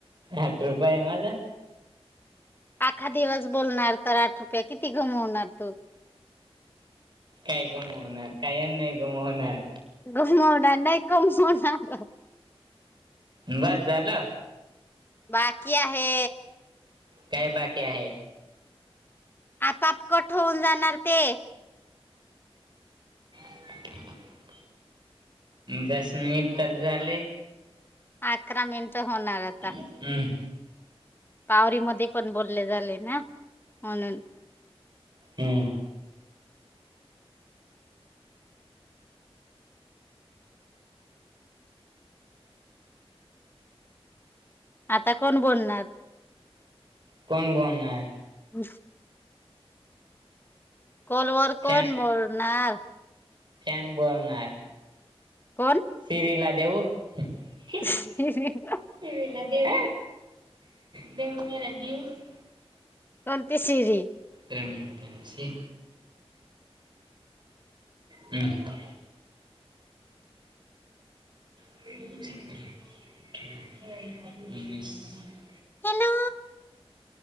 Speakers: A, on the right; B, on the left.
A: आठ रुपय म-
B: आखा दिवस बोलणार तर आठ रुपया किती गमवणार तू.
A: काय कमवणार काय नाही कमवणार.
B: रला नाही कम होन आला.
A: <inaudible> बास झालं.
B: बाकी आहे.
A: काय बाकी आहेै.
B: आपापकट होऊन जाणार ते.
A: अ. दस मिनिट तर झाले.
B: अकरा मिनिट होणार. आता
A: हमं.
B: पावरी म पण बोलले झाले ना म्हणून.
A: हम्म.
B: आता कोण बोलणार.
A: कोण बोलणार.
B: ह कॉल वर
A: फॅन
B: कोण बोलणार.
A: फॅन बोलणार.
B: कोण?
A: सिरला देऊ <unintelligible>
B: <unintelligible>
A: तला देव देवनीला नीऊ <unintelligible>
B: कोती शिरी.
A: त्यांची ह <unintelligible> सत अठरा उनीस <unintelligible>
B: हॅलो.